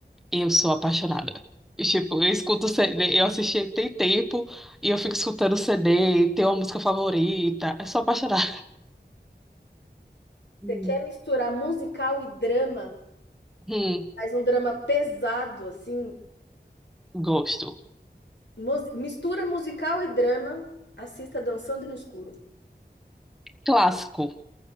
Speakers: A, in the centre; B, on the left (about 80°).
A: Eu sou apaixonada. E, Tipo, eu escuto CD, eu assisti tem tempo e eu fico escutando CD, tenho uma música favorita. Eu sou apaixonada.
B: Você
A: Hum.
B: quer misturar musical e drama?
A: Hum,
B: Faz um drama pesado, assim,
A: gosto.
B: Mus- mistura musical e drama. Assista Dançando no Escuro.
A: Clássico.